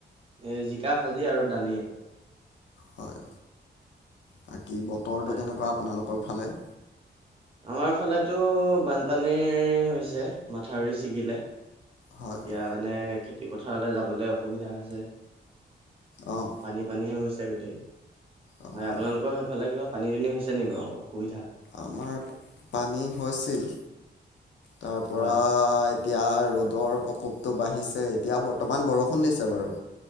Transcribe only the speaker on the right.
এই জিকা ভাজি আৰু দালি।
হয়।
আমাৰ ফালেতো বানপানী হৈছে মাথাউৰি ছিগিলে।
এতিয়া
মানে খেতি পথাৰলৈ যাবলৈ অসুবিধা হৈছে।
পানী পানী হৈ গৈছে গোটেই
হয় আপোনালোকৰ সেইফালে কিবা পানী দুনি হৈছে নেকি বাৰু অসুবিধা-
হয়